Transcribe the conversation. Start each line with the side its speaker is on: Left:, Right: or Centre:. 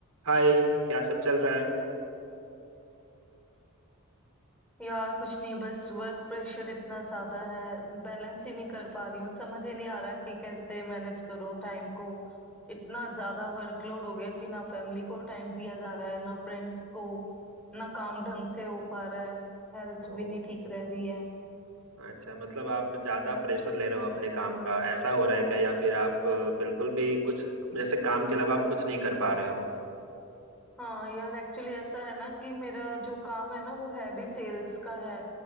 Right: हाय क्या सब चल रहा है
Centre: यार कुछ नहीं बस वर्क प्रेशर इतना ज्यादा है बैलेंस ही नहीं कर पा रही हूँ समझ ही नहीं आ रहा कि कैसे मैनेज करूँ टाइम को इतना ज्यादा वर्कलोड हो गया कि ना फैमिली को टाइम दिया जा रहा है ना फ्रेंड्स को ना काम ढंग से हो पा रहा है हेल्थ
Right: ओ
Centre: भी नहीं ठीक रह रही है
Right: अच्छा मतलब आप ज्यादा प्रेशर ले रहे हो अपने काम का ऐसा हो रहा है क्या या फिर आप अ, बिल्कुल भी कुछ जैसे काम के अलावा आप कुछ नहीं कर पा रहे हो
Centre: हाँ यार एक्चुअली ऐसा है ना कि मेरा जो काम है ना वो है भी सेल्स का है